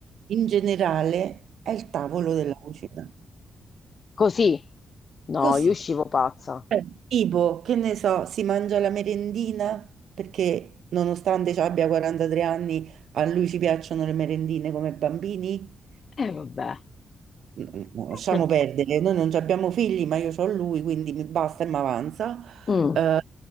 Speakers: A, on the right; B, on the left.
A: in generale è il tavolo della cucina.
B: Così? No,
A: Così.
B: io uscivo pazza.
A: Eh. Tipo, che ne so, si mangia la merendina perché nonostante ci abbia 43 anni, a lui ci piacciono le merendine come bambini.
B: E vabbè.
A: N- no, Lasciamo
B: <laughs>
A: perdere, noi non ci abbiamo figli, ma io ho lui, quindi mi basta e mi avanza.
B: Mm.
A: Eh,